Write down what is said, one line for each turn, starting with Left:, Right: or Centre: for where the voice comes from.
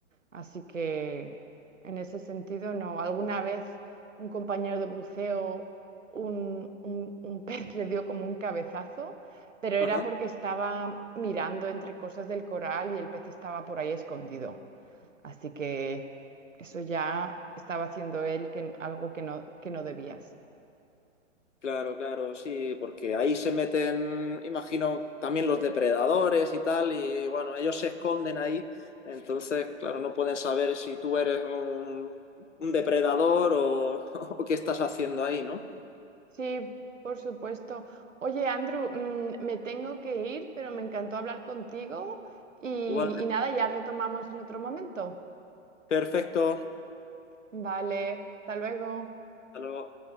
Right: Así que en ese sentido, no. Alguna vez un compañero de buceo, un, un- un <laughs> pez le dio como un cabezazo, pero era
Left: Ajá.
Right: porque estaba mirando entre cosas del coral y el pez estaba por ahí escondido. Así que eso ya estaba haciendo él que, algo que no, que no debías.
Left: Claro, claro, sí, porque ahí se meten, imagino, también los depredadores y tal, y bueno, ellos se esconden ahí, entonces, claro, no pueden saber si tú eres un, un depredador o, <laughs> o qué estás haciendo ahí, ¿no?
Right: Sí, por supuesto. Oye, Andrew, mm, me tengo que ir, pero me encantó hablar contigo y,
Left: Igual,
Right: y nada, ya retomamos en otro momento.
Left: perfecto.
Right: Vale, hasta luego.
Left: Hasta luego.